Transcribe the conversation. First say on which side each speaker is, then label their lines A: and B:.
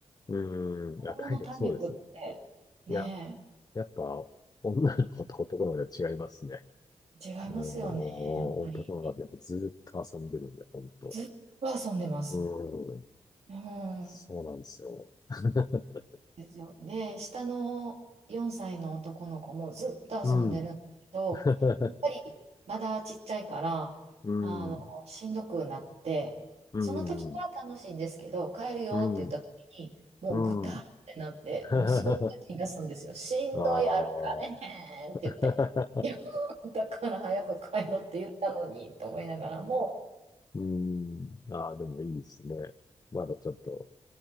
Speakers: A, on the left; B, on the right.
A: うーん。
B: 子供の体力ってね
A: いや、体力そうです。いや、やっぱ、女の子と男の子では違いますね。
B: え、違いますよね、
A: もう、
B: やっぱり。
A: 男の子ってやっぱずっと遊んでるんで、本当。
B: ずっと遊んでます。
A: うーん、
B: うん。
A: そうなんですよ。<laughs>
B: ですよ。で、下の4歳の男の子もずっと遊んでるんですけど、
A: うん。<laughs>
B: やっぱりまだちっちゃいから、
A: うん、
B: あの、しんどくなって、
A: うん、
B: その時は楽しいんですけど、帰るよって言った時に、
A: うん、
B: もうぐたーってなって、
A: うん。<laughs>
B: もうすごく泣き出すんですよ。しんどい、
A: あ
B: 歩かれへんって言って、
A: あ。<laughs>
B: いや、だから早く帰ろって言ったのにと思いながらも、
A: うん。ああ、でもいいですね。まだちょっと